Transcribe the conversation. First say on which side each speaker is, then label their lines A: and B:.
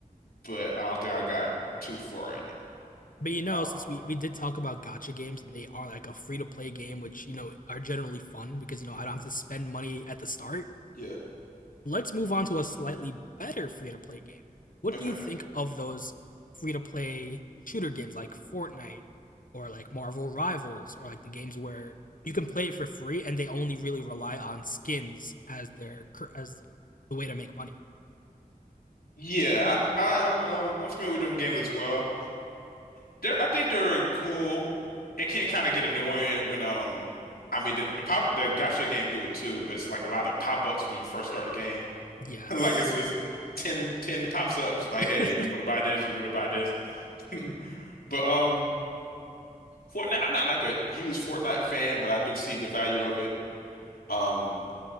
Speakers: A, on the left (about 80°); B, on the left (about 65°).
A: but I don't think I got too far in it.
B: But you know,
A: Um,
B: since we we did talk about gotcha games and they are like a free to play game, which you know are generally fun because you know
A: mhm.
B: I don't have to spend money at the start.
A: Yeah.
B: Let's move on to a slightly better free to play game. What
A: Okay.
B: do you think of those free to play shooter games like Fortnite or like Marvel Rivals or like the games where
A: hmm
B: you can play it for free and they only really rely on skins as their as the way to make money?
A: Yeah, I I am um I'm familiar with them games as well. They're, I think they're cool. It can kind of get annoying when, um, I mean, the, the pop, the gacha games do it too, but it's like a lot of pop-ups when you first start the game. <laughs>
B: Yes.
A: Like it's just ten, 10 pops-ups. Like,
B: <laughs>
A: hey, you want to buy this? You want to buy this? <laughs> But um, Fortnite, I'm not like a huge Fortnite fan, but I do see the value of it. Um,